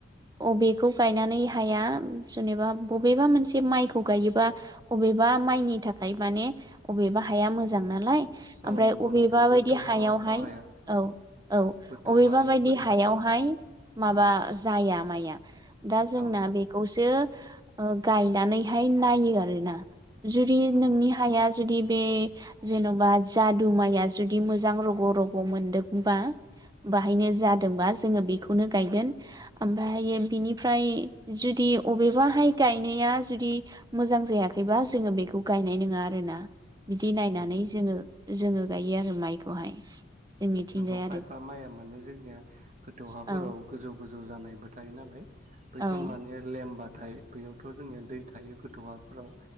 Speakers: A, on the right; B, on the right.
A: अबेखौ गायनानै हाया जेनेबा बेबा मायखौ गायोबा अबेबा मायनि थाखायमाने अबेबा हाया मोजां नालाय
B: औ
A: आमफ्राय
B: नंगौ
A: अबेबा
B: नोंथां
A: बायदि
B: गोथौ
A: हायावहाय
B: हा गाहाय हा
A: औ औ
B: गोथौ
A: अबेबा
B: हा एबा
A: बायदि
B: बोरि
A: हायावहाय
B: हा
A: माबा
B: उम
A: जाया माया दा जोंना
B: औ
A: बेखौसो गायनानैहाय नायो आरोोना जुदि नोंनि
B: नंगौ
A: हाया जुदि बे जेन'बा जाद माइया जुदि मोजां रग' रग' मोनदोंबा बाहायनो जादोंबा जोङो बेखौनो गायगोन ओमफ्रायायो बिनिफ्राय जुदि अबेबाहाय गायनाया जुदि मोजां जायाखैबा जोङो बेखौ गायनाय नङा आरो ना बिदि नायनानै
B: नंगौ नोंथां
A: जोङो जोङो गायो आरो माइखौहाय जोंनिथिंजाय
B: नोंगौ खायफा
A: आरो
B: माइया माने जोंनिया गोथौ हाफोराव
A: औ
B: गोजौ गोजौ जानायबो थायो नालाय बैफोर
A: औ
B: माने लेमबाथाय बैयावथ' जोंनिया दै थायो गथौ हफोराव